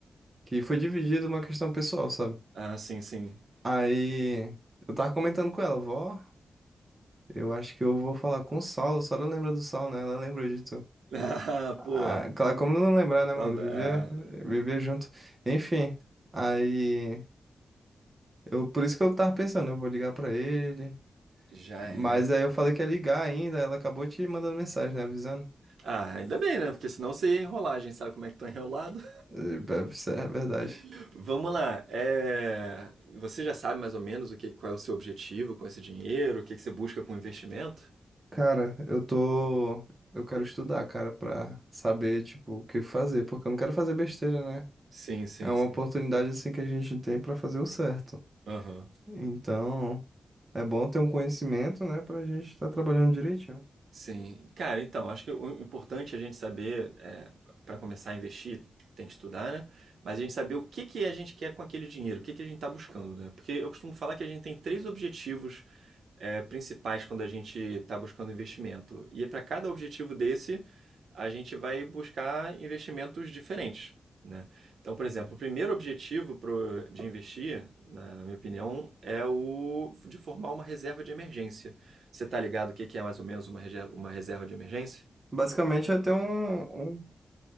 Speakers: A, on the right; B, on the right.
A: que foi dividida uma questão pessoal, sabe?
B: Ah, sim, sim. <laughs>
A: Aí eu tava comentando com ela, vó, eu acho que eu vou falar com o Saulo. A senhora lembra do Saulo, né? Ela lembrou de tu.
B: Ah,
A: Ah,
B: pô,
A: claro, como não lembrar, né,
B: sauda-
A: mano? Viver,
B: ah,
A: viver junto. Enfim, aí eu por isso que eu tava pensando, eu vou ligar pra ele.
B: já é.
A: Mas aí eu falei que ia ligar ainda, ela acabou te mandando mensagem, né, avisando.
B: Ah, ainda bem, né? Porque senão você ia enrolar, a gente sabe como é que tá enrolado.
A: Eh, Isso é verdade.
B: <laughs> Vamos lá. é, Você já sabe mais ou menos o que, qual é o seu objetivo com esse dinheiro, o que que você busca com o investimento?
A: Cara, eu tô. Eu quero estudar, cara, pra saber, tipo, o que fazer, porque eu não quero fazer besteira, né?
B: Sim, sim,
A: É uma
B: sim.
A: oportunidade, assim, que a gente tem pra fazer o certo.
B: Aham.
A: Então, é bom ter um conhecimento, né, pra gente estar trabalhando direitinho.
B: Sim, cara, então, acho que o importante é a gente saber, é, para começar a investir, tem que estudar, né? Mas a gente saber o que que a gente quer com aquele dinheiro, o que que a gente está buscando, né? Porque eu costumo falar que a gente tem três objetivos, é, principais quando a gente está buscando investimento. E para cada objetivo desse, a gente vai buscar investimentos diferentes, né? Então, por
A: Aham.
B: exemplo, o primeiro objetivo pro, de investir, na, na minha opinião, é o de formar uma reserva de emergência. Você tá ligado o que que é mais ou menos uma, rege- uma reserva de emergência?
A: Basicamente, é ter um, um